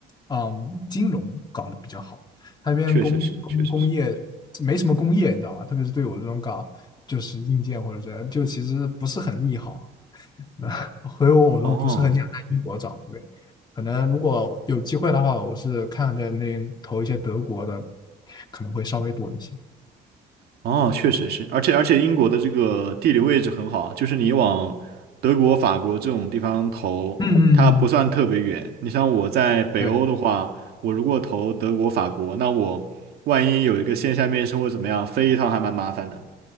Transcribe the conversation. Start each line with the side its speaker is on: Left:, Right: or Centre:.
Left: 嗯，金融搞得比较好，它那边工工工业没什么工业，
Right: 确实是，确实是。
Left: 你知道吧？特别是对我这种搞就是硬件或者这样，就其实不是很利好。<laughs> 那所以我都不是很想在英国找，
Right: 哦。
Left: 对不对？可能如果有机会的话，我是看在那投一些德国的，可能会稍微多一些。
Right: 哦，确实是，而且而且英国的这个地理位置很好，就是你往德国、法国这种地方投，
Left: 嗯嗯嗯，
Right: 它不算特别远。你像我在北欧的话，
Left: 对。
Right: 我如果投德国、法国，那我万一有一个线下面试或怎么样，飞一趟还蛮麻烦的。